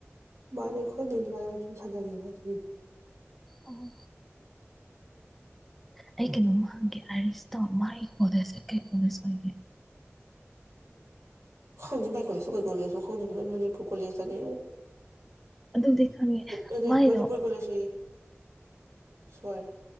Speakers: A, on the right (about 80°); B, in the centre.
A: ꯃꯥꯅꯦ ꯈꯣꯠꯅꯤ ꯑꯗꯨꯃꯥꯢ ꯁꯨꯝ ꯁꯥꯟꯅꯩꯌꯦ <unintelligible>
B: ꯑꯣ꯫ ꯑꯩ ꯀꯩꯅꯣꯃ ꯍꯪꯒꯦ ꯑꯥꯏꯔꯤꯁꯇꯣ ꯃꯥꯒꯤ ꯀꯣꯂꯦꯖ ꯁꯦ ꯀꯩ ꯀꯣꯂꯦꯖ ꯑꯣꯏꯒꯦ꯫
A: ꯈꯪꯗꯦ ꯃꯥꯏ ꯀꯣꯂꯦꯖ ꯇꯣ ꯀꯩ ꯀꯣꯂꯦꯖ ꯗꯣ ꯈꯡꯗꯦ ꯃꯅꯤꯄꯨꯔ ꯀꯣꯂꯦꯖꯇꯅꯤ
B: ꯑꯗꯨꯗꯤ ꯈꯪꯉꯦ
A: <unintelligible>
B: ꯃꯥꯏꯗꯣ
A: ꯃꯅꯤꯄꯨꯔ ꯀꯣꯂꯦꯖ ꯑꯌꯦ ꯍꯣꯏ